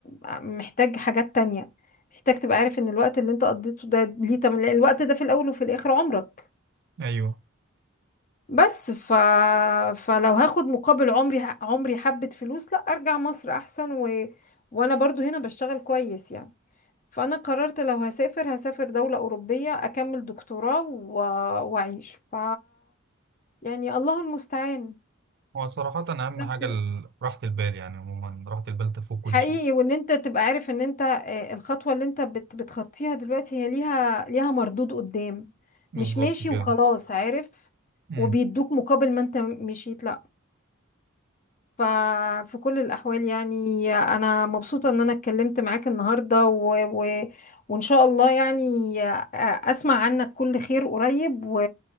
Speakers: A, on the left; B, on the right.
A: محتاج حاجات تانية محتاج تبقى عارف ان الوقت اللي انت قضيته ده ليه تمن لأن الوقت ده في الاول وفي الاخر عمرك
B: ايوه
A: بس ف... فلو هاخد مقابل عمري عمري حبة فلوس لا ارجع مصر احسن و... وانا برضو هنا بشتغل كويس يعني فانا قررت لو هسافر هسافر دولة اوروبية اكمل دكتوراه و... واعيش ف يعني الله المستعان
B: هو صراحة أهم
A: نفس-
B: حاجة ال- راحة البال يعني عموما راحة البال تفوق كل
A: حقيقي
B: شيء
A: وان انت تبقى عارف ان انت آه، الخطوة اللي انت بت... بتخطيها دلوقتي هي ليها ليها مردود قدام
B: بالظبط
A: مش ماشي
B: كده
A: وخلاص عارف
B: امم
A: وبيدوك مقابل ما انت مشيت لا ففي كل الأحوال يعني أنا مبسوطة إن أنا اتكلمت معاك النهاردة و... و... وإن شاء الله يعني أسمع عنك كل خير قريب و...